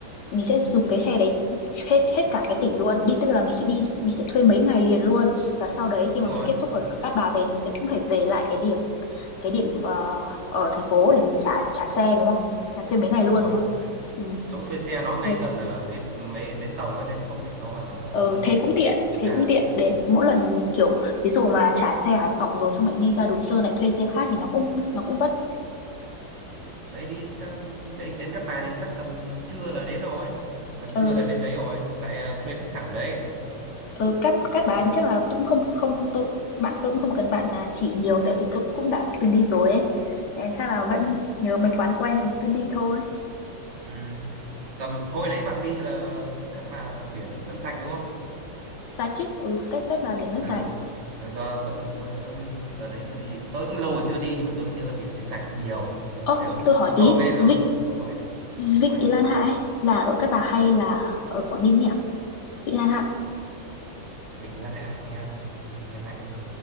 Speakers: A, on the left; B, on the right.
A: mình sẽ dùng cái xe đấy hết hết cả cái tỉnh luôn đi tức là mình sẽ đi mình sẽ thuê mấy ngày liền luôn và sau đấy
B: đúng
A: khi mà
B: rồi
A: mình kết thúc ở Cát Bà về thì mình sẽ cũng phải về lại cái điểm cái điểm ờ, ở thành phố để mình trả trả xe đúng không là thuê mấy ngày
B: đúng
A: luôn
B: rồi
A: đúng không ừ
B: chỗ thuê xe nó ngay
A: ok
B: gần ờ, cái mấy bến tàu ấy nên không phải lo là
A: Ờ,
B: đi
A: thế
B: ờ,
A: cũng tiện,
B: xa
A: thế cũng tiện để mỗi lần kiểu ví dụ mà trả xe Hải Phòng rồi xong lại đi ra Đồ Sơn lại thuê xe khác thì nó cũng nó cũng vất.
B: đấy đi chắc, đấy đến Cát Bà thì chắc tầm trưa là đến rồi tầm
A: Ờ,
B: trưa là đến đấy rồi lại à, thuê khách sạn đấy,
A: ờ Cát Cát Bà
B: đấy.
A: thì chắc là tôi cũng không không tôi bạn tôi cũng không cần bạn à, chỉ nhiều tại vì tôi cũng đã từng đi rồi ấy. Em chắc là vẫn nhớ mấy quán quen thì cứ đi thôi.
B: Ừ. tầm hồi đấy bạn đi là Cát Bà là biển vẫn sạch đúng không
A: Ta chứ, ừ, Cát Cát Bà biển vẫn
B: ừ.
A: sạch.
B: Ờ, giờ vẫn tôi nhớ đi tới đấy tôi đi tôi cũng lâu rồi chưa đi nhưng mà tôi vẫn nhớ là biển đấy sạch hơn nhiều
A: Ơ,
B: nếu
A: tôi hỏi
B: so
A: tí,
B: với đồ
A: Vịnh
B: hỏi gì
A: Vịnh
B: hỏi
A: Lan
B: gì
A: Hạ ấy, là ở Cát Bà hay là ở Quảng Ninh nhỉ? Vịnh Lan Hạ.
B: Vịnh Lan Hạ nghe nghe lạ nhỉ